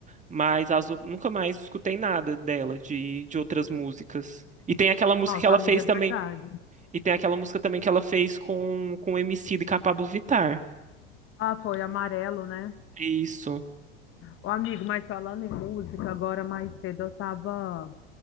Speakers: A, on the right; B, on the left.
A: mas as, ou- nunca mais escutei nada dela, de, de outras músicas. E tem aquela música
B: Nossa,
A: que ela
B: amiga,
A: fez
B: é verdade.
A: também, e tem aquela música também que ela fez com, com o Emicida e com a Pabllo Vittar.
B: Ah, foi amarelo, né?
A: É Isso.
B: Ô, amigo, mas falando em música, agora mais cedo eu tava